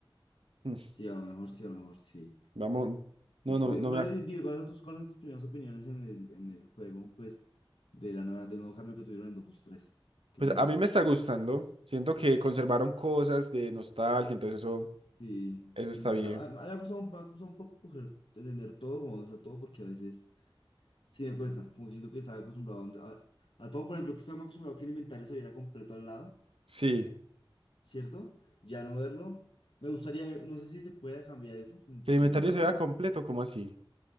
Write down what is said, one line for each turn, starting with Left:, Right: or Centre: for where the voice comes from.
Right: Mm,
Left: Sí, a lo mejor sí, a lo mejor sí.
Right: Vamos. No,
Left: sí.
Right: no,
Left: De-
Right: no
Left: Pero
Right: me.
Left: di- dime, ¿cuáles son tus, cuáles son tus primeras opiniones en el, en el juego? Pues, de la nueva, del nuevo cambio que tuvieron en Dofus tres. ¿Qué
Right: Pues
Left: piensas
Right: a mí
Left: tú?
Right: me está gustando. Siento que conservaron cosas de nostalgia, entonces eso,
Left: Sí,
Right: eso
Left: sí,
Right: está
Left: es verdad.
Right: bien.
Left: Ah, Me ha costado, un me ha costado un poco coger, entender todo, como, o sea, todo, porque a veces sí me cuesta. Como que siento que estaba acostumbrado a, donde- a, a todo. Por ejemplo, que estaba acostumbrado a que el inventario se viera completo al lado,
Right: Sí,
Left: ¿cierto? Ya no verlo. Me gustaría, ver- no sé si se puede cambiar eso, como para
Right: que el inventario
Left: tenerlo otra
Right: se vea
Left: vez.
Right: completo, ¿cómo así?